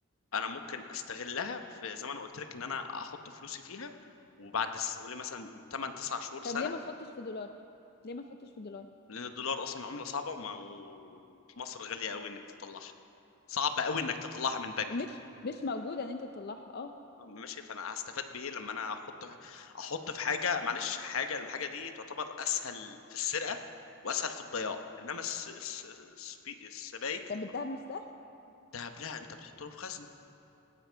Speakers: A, on the left; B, on the left.
A: انا ممكن استغلها في زي ما انا قلت لك ان انا احط فلوسي فيها وبعد س- قولي مثلا 8 9 شهور سنه
B: طب ليه ما تحطش في دولار؟ ليه ما تحطش في دولار؟
A: لان الدولار اصلا عمله صعبه وما- ومصر غاليه قوي انك تطلعها صعب قوي انك تطلعها من بنك
B: ومش مش موجودة ان انت تطلعها اه
A: ماشي فانا هستفاد بايه لما انا احط احط في حاجه معلش حاجه الحاجه دي تعتبر اسهل في السرقه واسهل في الضياع انما الس- الس- السبي- السبايك
B: طب الدهب مش سهل؟
A: دهب لا انت بتحط له في خزنه